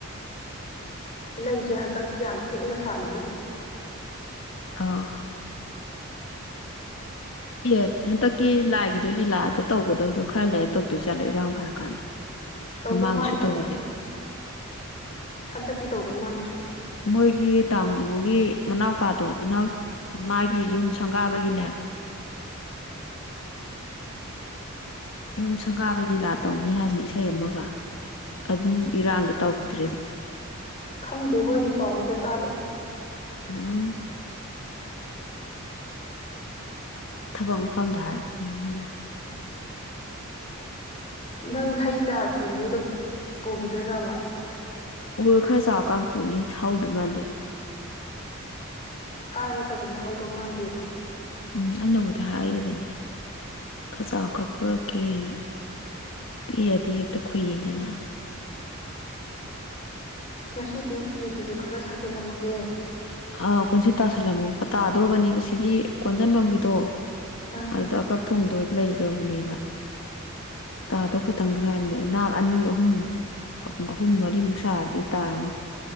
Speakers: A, on the left; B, on the left.
A: ꯂꯩꯖꯦ ꯍꯇꯛ ꯌꯥꯝ ꯊꯤꯅ ꯁꯥꯠꯂꯤꯕꯨ꯫
B: ꯑꯥ꯫ ꯑꯦ ꯍꯟꯗꯛꯀꯤ ꯂꯥꯏ ꯑꯗꯨ ꯂꯤꯂꯥꯗꯣ ꯇꯧꯕ ꯇꯧꯁꯨ ꯈꯔ ꯇꯧꯗꯣꯏꯁꯤ ꯆꯠꯂꯦ ꯏꯔꯥꯡ ꯐꯔ ꯀꯥꯟꯗ꯫
A: ꯇꯧꯗꯧ
B: ꯃꯃꯥꯡꯒꯤꯁꯨ
A: ꯃꯥꯟꯗ꯭ꯔꯦꯗ
B: ꯇꯧꯒꯤꯗꯦ꯫
A: ꯍꯟꯗꯛꯇꯤ ꯇꯧꯗꯧ ꯃꯥꯟꯗ꯭ꯔꯦ
B: ꯃꯣꯏꯒꯤ ꯇꯥꯃꯣꯒꯤ ꯃꯅꯥꯎꯄꯥꯗꯣ ꯏꯅꯥꯎ ꯃꯥꯒꯤ ꯌꯨꯝ ꯁꯪꯒꯥꯕꯒꯤꯅꯦ ꯌꯨꯝ ꯁꯪꯒꯥꯕꯩ ꯂꯤꯂꯥ ꯇꯧꯅꯤ ꯍꯥꯏꯕꯅꯤ ꯏꯁꯩ ꯑꯃꯒ ꯑꯗꯨꯝ ꯏꯔꯥꯡꯗ ꯇꯧꯈꯤꯗ꯭ꯔꯦ ꯗꯨꯝ
A: ꯈꯪꯗꯦꯕꯣ ꯑꯩꯗꯤ ꯄꯥꯎ ꯑꯝꯇ ꯇꯥꯗꯦ꯫
B: ꯎꯝ꯫ ꯊꯕꯛ ꯃꯐꯝꯗ ꯍꯥꯏꯔꯛꯄꯅꯤ ꯃꯤꯅ꯫
A: ꯅꯪ ꯍꯩ ꯆꯥꯔ ꯄꯨꯅꯤꯗꯨ ꯄꯨꯈꯤꯗꯣꯏꯔꯕ꯫
B: ꯎ ꯈꯔ ꯆꯥꯎꯔꯀꯥꯟ ꯄꯨꯅꯤ ꯍꯧꯗꯨ ꯃꯥꯟꯗꯦ <unintelligible>
A: ꯍꯥꯏꯔꯣ ꯐꯖꯅ ꯍꯧꯗꯧ ꯃꯥꯟꯗꯦꯗꯣ꯫
B: ꯎꯝ ꯑꯩꯅꯕꯨꯗꯤ ꯍꯥꯏꯈꯤꯕꯅꯤ ꯈꯔ ꯆꯥꯎ ꯈꯔ ꯄꯨꯔꯛꯀꯦꯅ ꯄꯤꯛꯑꯗꯤ ꯍꯦꯛꯇ ꯈꯨꯨꯏꯗꯅ꯫
A: ꯉꯁꯤꯗꯤ ꯐꯤꯗꯨꯁꯨ ꯈꯔ ꯁꯥꯖꯤꯜꯂꯝꯃꯒꯦ
B: ꯑ ꯀꫭꯜꯁꯤ ꯇꯥꯁꯂꯝꯃꯒ ꯇꯥꯗ꯭ꯔꯣꯕꯅꯦꯕ ꯁꯤꯒꯤ ꯀꯣꯟꯖꯟꯕꯝꯒꯤꯗꯣ <unintelligible>
A: ꯑ
B: <unintelligible> ꯂꯩꯈ꯭ꯔꯕꯅꯦꯕ ꯇꯥꯗꯧ ꯈꯛꯇꯪꯗ ꯉꯥꯏꯔꯅꯦ ꯅꯥꯛ ꯑꯅꯤ ꯑꯍꯨꯝꯃꯨꯛ ꯑꯍꯨꯝ ꯃꯔꯤꯃꯨꯛ ꯁꯥꯔꯗꯤ ꯇꯥꯔꯅꯤ